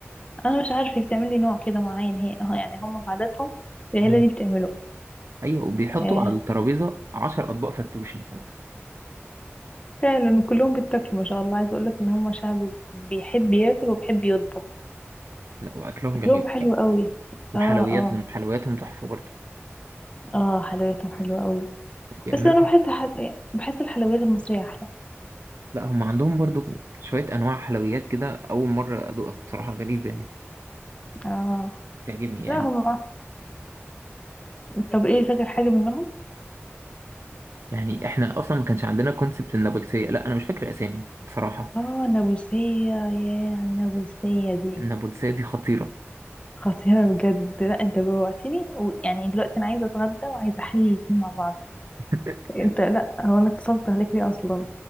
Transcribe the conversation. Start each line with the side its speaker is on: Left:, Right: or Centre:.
Left: انا مش عارفه هي بتعمل لي نوع كده معين هي اه يعني هم في عاداتهم العيله
Right: مم.
Left: دي بتعمله
Right: ايوه وبيحطوا
Left: آه
Right: على الترابيزه 10 اطباق فتوش مثلا
Left: فعلا كلهم بيتاكلوا ما شاء الله عايز اقول لك ان هم شعب بيحب ياكل وبيحب يطبخ
Right: لا واكلهم
Left: اكلهم
Right: جميل
Left: حلو
Right: بصراحه
Left: قوي
Right: وحلوياتهم
Left: اه اه
Right: حلوياتهم تحفه برضو
Left: اه حلوياتهم حلوه قوي
Right: بيعملوا
Left: بس انا
Right: حاجه
Left: بحس حل... بحس الحلويات المصريه احلى
Right: لا هم عندهم برضو شويه انواع حلويات كده اول مره ادوقها بصراحه غريبه يعني
Left: اه
Right: تعجبني يعني
Left: لا هم طب ايه فاكر حاجه منهم
Right: يعني احنا اصلا ما كانش عندنا كونسبت النابلسية لا انا مش فاكر اسامي بصراحة
Left: اه النابلسيه يا النابلسيه دي
Right: النابلسية دي خطيرة
Left: خطيرة بجد لا انت جوعتني ويعني دلوقتي انا عايزة اتغدى وعايزة احلل الاتنين مع بعض
Right: <laughs>
Left: انت لا هو انا اتصلت عليك ليه اصلا